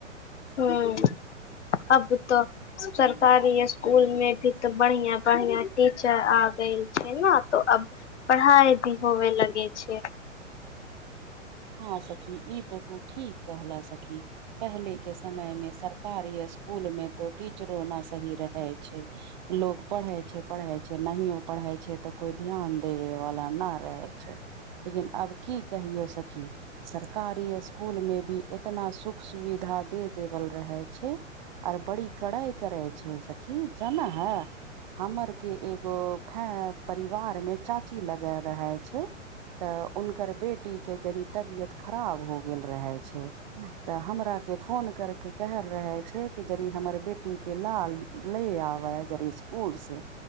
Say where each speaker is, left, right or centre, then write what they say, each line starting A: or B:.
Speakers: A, on the left; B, on the right.
A: हूम्म आब तऽ सरकारी स्कुल मे भी तो बढ़ियाँ बढ़ियाँ टीचर आब गेल छै ने तो अब पढ़ाइ भी होवे लगे छै
B: हँ सखी ई तऽ तू ठीक कहलऽ सखी पहिले के समय मे सरकारी स्कुल मे तो टीचरो न सही रहै छै लोक पढ़े छै पढ़ै छै नहियो पढ़ै छै तऽ कोई ध्यान देवे वाला नहि रहै छै लेकिन आब की कहियौ सखी सरकारी स्कुलमे भी एतना सुख सुविधा दे देवल रहै छै आर बड़ी कड़ाई करै छै सखी जानऽ है हमर के एक ओ फैं परिवार मे चाची लगे रहे छै तऽ हुनकर बे टी के जड़ि तबियत खराब हो गेल रहे छै तऽ हमरा के फोन करके कहल रहे छै कि यदि हमर बेटी टी के लाल लए आबय जरी स्कुल से